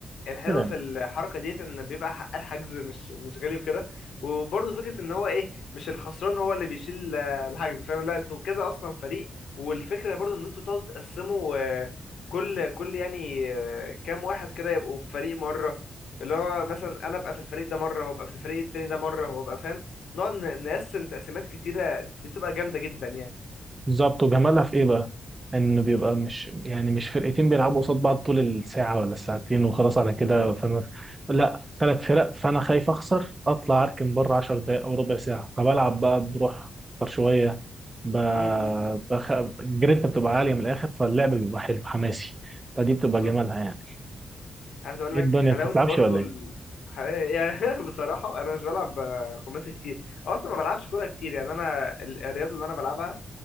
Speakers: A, on the left (about 75°); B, on the right (about 25°).
A: الحلو
B: كده يعني
A: في الحركه ديت ان بيبقى حق الحجز مش مش غالي وكده وبرضه فكره ان هو ايه مش الخسران هو اللي بيشيل آه، الحجز فاهم لا انتوا كذا اصلا فريق والفكره برضه ان انتوا تقعدوا تقسموا آه، كل كل يعني آه، كام واحد كده يبقوا في فريق مره اللي هو مثلا انا ابقى في الفريق ده مره وابقى في الفريق التاني ده مره وابقى فاهم نقعد ن- نقسم تقسيمات كتيره دي بتبقى جامده جدا يعني
B: بالظبط وجمالها في ايه بقى؟ ان بيبقى
A: مم.
B: مش يعني مش فرقتين بيلعبوا قصاد بعض طول الساعه ولا الساعتين وخلاص على كده
A: بالظبط
B: فانا لا ثلاث فرق فانا خايف اخسر اطلع اركن بره 10 دقائق او ربع ساعه فبلعب بقى بروح اكتر شويه ب...
A: امم
B: بخ... الجرينتا بتبقى عاليه من الاخر فاللعب بيبقى حلو حماسي فدي بتبقى
A: بالظبط
B: جمالها يعني
A: عايز اقول
B: ايه
A: لك
B: الدنيا
A: حلاوه
B: ما بتتلعبش
A: برضو
B: ولا
A: ال...
B: ايه؟
A: ح- يعني <laughs> بصراحه انا مش بلعب خماسي كتير أو اصلا ما بلعبش كوره كتير يعني انا ال- الرياضه اللي انا بلعبها